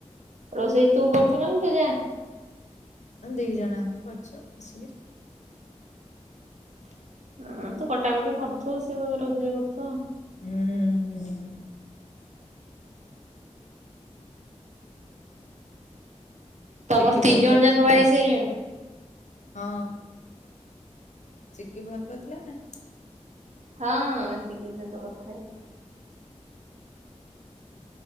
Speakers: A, on the right; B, on the left.
A: ରୋଷେଇ ତୁ କରୁଚୁ ନା ଲୋ ତୋ ଜା?
B: ଦୁଇ ଜଣା କ କରୁଛୁ ମିଶିକି।
A: ହଁ ତୁ କଟା କଟି କରୁଥିବୁ ସେ ରୋଷେଇ କରୁଥିବ।
B: ହୁଁ।
A: ତମର
B: ଚିକି
A: ତିନି
B: ଫୋନ୍
A: ଜଣ
B: କରିଥିଲା
A: ଯାକ ବାହା
B: ନା?
A: ହେଇ ସାଇଲେଣି?
B: ହଁ ଚିକି ଫୋନ୍ କରିଥିଲା ନା?
A: ହଁ ଚିକି ସହିତ କଥା ହେଇଚି।